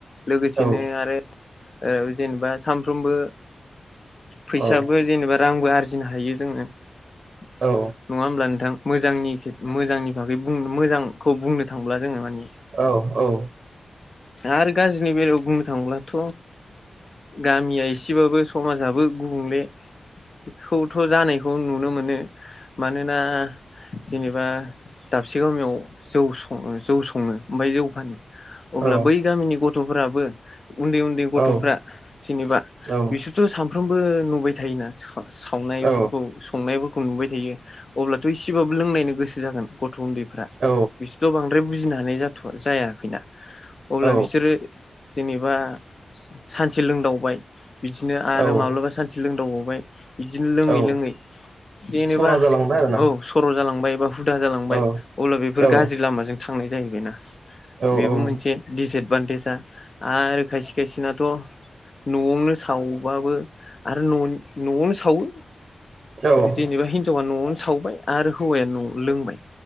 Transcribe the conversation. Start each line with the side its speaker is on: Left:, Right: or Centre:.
Left: लोगोसेनो
Right: औ
Left: आरो ओ जेनेबा सानफ्रोमबो फैसाबो
Right: औ
Left: जेनेबा रांबो आरजिनो हायो जोङो नङा
Right: औ
Left: होमब्ला नोंथां मोजांनि मोजांनि बागै बुं मोजांखौ बुंनो थांब्ला जोङो माने
Right: औ औ
Left: आरो गाज्रिनि बेलायाव बुंनो थांब्लाथ' गामिया एसे सेबाबो समाजाबो गुबुंले खौथ' जानायखौ नुनो मोनो मानोना जेनेबा दाबसे गामियाव जौ सङो जौ स सङो ओमफ्राय जौ फानो अब्ला
Right: औ
Left: बै गामिनि गथ'फोराबो उन्दै उन्दै गथ'फ्रा
Right: औ औ
Left: जेनेबा
Right: औ
Left: बिसोरथ' सानफ्रोमबो नुबाय थायोना सावनायफोरखौ
Right: औ
Left: संनायफोरखौ नुबाय थायो अब्लाथ' एसेबाबो लोंनायनो गोसो जागोन गथ' उन्दैफ्रा
Right: औ
Left: बिसोरथ' बांद्राय बुजिनो हानाय जाथ' जायाखैना अब्ला
Right: औ
Left: बिसोरो जेनेबा सानसे लोंदावबाय बिदिनो आरो
Right: औ
Left: माब्लाबा सानसे लोंदावबावबाय बिदिनो लोङै
Right: औ
Left: लोङै जेनेबा
Right: सरा जालांबाय आरोना
Left: औ सर' जालांबाय बा हुदा जालांबाय
Right: औ
Left: अब्ला बेफोर
Right: औ
Left: गाज्रि लामाजों थांनाय जाहैबायना
Right: औ
Left: बेबो
Right: औ
Left: मोनसे दिसएदभान्टेजआ। आरो खायसे खायसेनाथ' न'आवनो सावबावो आरो न' न'आवनो सावो।
Right: न'आव औ
Left: जेनेबा हिनजावा न'आवनो सावबाय आरो हौवाया न'आवनो लोंबाय।